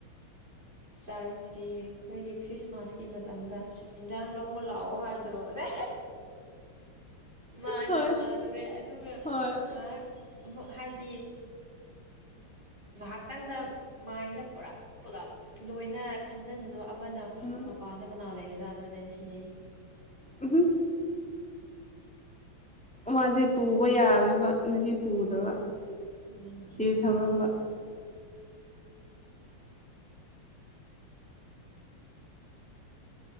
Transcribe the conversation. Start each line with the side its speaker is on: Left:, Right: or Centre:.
Right: ꯆꯥꯔꯆꯀꯤ ꯑꯩꯈꯣꯏꯒꯤ ꯈ꯭ꯔꯤꯁꯃꯥꯁꯀꯤ ꯀꯤ ꯃꯇꯝꯗ ꯏꯟꯖꯥꯡ ꯂꯧꯕ ꯂꯥꯛꯑꯣ ꯍꯥꯏꯗ꯭ꯔꯣꯅꯦ ꯃꯥꯟꯒ
Centre: ꯍꯣꯏ
Right: ꯃꯥꯜꯂꯨꯔꯦ ꯑꯗꯨꯒ
Centre: ꯍꯣꯏ
Right: ꯉꯥꯏꯍꯥꯛ ꯑꯃꯨꯛ ꯍꯥꯏꯗꯤ ꯉꯥꯏꯍꯥꯛꯇꯪꯗ ꯃꯥꯏꯟꯗ ꯄꯨꯔꯞ ꯄꯨꯂꯞ ꯂꯣꯏꯅ ꯈꯟꯖꯟꯕꯗꯣ ꯑꯃꯅ
Centre: ꯎꯝ
Right: ꯃꯄꯥꯟꯗ ꯀꯅꯥ ꯂꯩꯔꯖꯥꯠꯅꯣꯅꯦ ꯁꯤꯅꯦ
Centre: ꯎꯝ ꯃꯥꯁꯦ ꯄꯨꯕ ꯌꯥꯕꯤꯕ ꯉꯁꯤ ꯄꯨꯗꯕ
Right: ꯎꯝ
Centre: ꯏ ꯊꯝꯂꯝꯕ